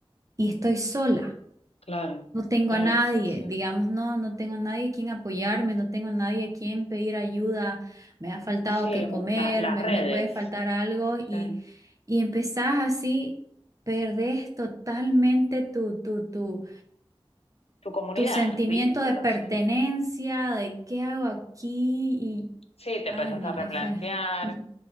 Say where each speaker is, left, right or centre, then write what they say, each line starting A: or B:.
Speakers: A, on the right; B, on the left.
A: y estoy sola.
B: claro,
A: No tengo
B: claro,
A: a nadie,
B: sí, sí.
A: digamos, no, no tengo a nadie a quien apoyarme, no tengo a nadie a quien pedir ayuda, me ha faltado
B: Sí,
A: que comer,
B: la- las
A: me,
B: redes,
A: me puede faltar algo y,
B: sí.
A: y empezás así, perdés totalmente tu, tu, tu,
B: Tu comunidad,
A: tu sentimiento
B: vínculos,
A: de pertenencia,
B: sí.
A: de qué hago aquí y,
B: Sí, te
A: ay
B: empezaste
A: no,
B: a replantear.
A: es fue. Ujú,